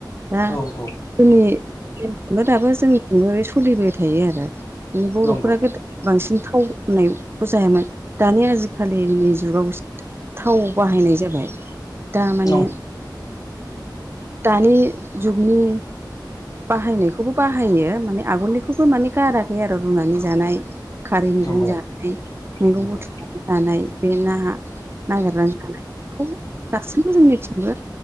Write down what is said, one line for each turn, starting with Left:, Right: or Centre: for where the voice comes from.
Right: दा
Left: औ औ
Right: जोंनिनो दाबो जोंजोंबो सोलिबाय थायो आरो माने बर'फोरा
Left: नंगौ
Right: बांसिन थाव होननायखौ जायामोन दानि आजिखालिनि जुगाव थाव बाहायनाय जाबाय। दा माने
Left: नंगौ
Right: दानि जुगनि बाहायनायखौबो बाहायो माने आगोलनिखौबो माने गाराखै आरो रुनानै जानाय खारै मैगं
Left: नंगौ
Right: जानाय मैगं
Left: नंगौ
Right: बुथुम
Left: नंगौ
Right: जानाय बे ना नागिरनानै जानाय बेखौ दासिमबो जोंनिथिंबो